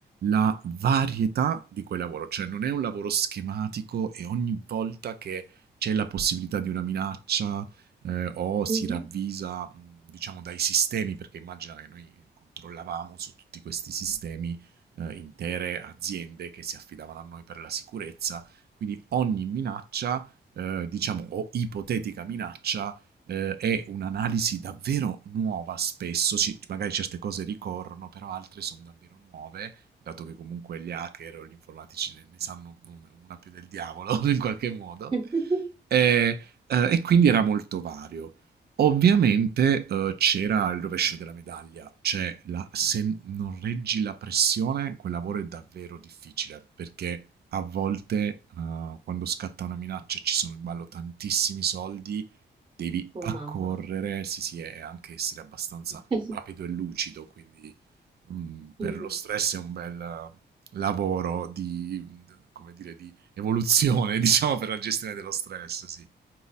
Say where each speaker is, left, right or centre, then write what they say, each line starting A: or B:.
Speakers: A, on the right (about 60°); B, on the right (about 25°).
A: la varietà di quel lavoro, cioè non è un lavoro schematico e ogni volta che c'è la possibilità di una minaccia, ehm, o si
B: Mhm.
A: ravvisa, mhmm, diciamo dai sistemi, perché immagina che noi controllavamo su tutti questi sistemi, ehm, intere aziende che si affidavano a noi per la sicurezza quindi ogni minaccia, eh, diciamo, o ipotetica minaccia, eh, è un'analisi davvero nuova spesso, Ci- magari certe cose ricorrono, però altre sono davvero nuove, dato che comunque gli hacker o gli informatici ne, ne sanno un- una più del diavolo <laughs> in qualche modo.
B: <laughs>
A: Eh, eh, e quindi era molto vario. Ovviamente, uhm, c'era il rovescio della medaglia, cioè la se non reggi la pressione quel lavoro è davvero difficile, perché a volte, uhm, quando scatta una minaccia e ci sono in ballo tantissimi soldi, devi
B: Oh
A: accorrere,
B: mamma.
A: sì, sì, e anche essere abbastanza
B: <laughs>
A: rapido e lucido, quindi, mhmm, per
B: Mhm.
A: lo stress è un bel lavoro di, mhmm, come dire, di evoluzione <laughs> diciamo per la gestione dello stress, sì.